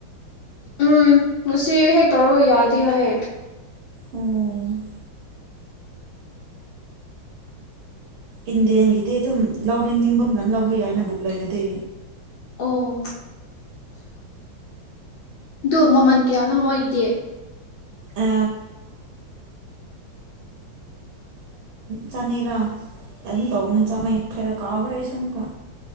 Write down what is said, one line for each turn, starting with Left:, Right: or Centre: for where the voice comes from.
Left: ꯎꯝ ꯉꯁꯤ ꯍꯦꯛ ꯇꯧꯔꯒ ꯌꯥꯗꯦ ꯍꯥꯏꯌꯦ
Right: ꯎꯝ ꯏꯟꯗꯦꯟꯒꯤꯗꯤ ꯑꯗꯨꯝ ꯂꯧꯔꯦꯟ ꯅꯤꯡꯕꯝꯗꯅ ꯂꯧꯕ ꯌꯥꯏꯅ ꯕꯨꯛ ꯂꯩꯔꯗꯤ
Left: ꯑꯣ ꯑꯗꯨ ꯃꯃꯜ ꯀꯌꯥꯅꯣ ꯃꯣꯏꯒꯤꯗꯤ
Right: ꯆ ꯆꯅꯤꯔꯥ ꯑꯗꯨꯝ ꯇꯧꯅ ꯆꯥꯝꯃꯩꯅ ꯈꯔ ꯀꯥꯎꯈ꯭ꯔꯦ ꯑꯩꯁꯨ ꯑꯃꯨꯛꯀ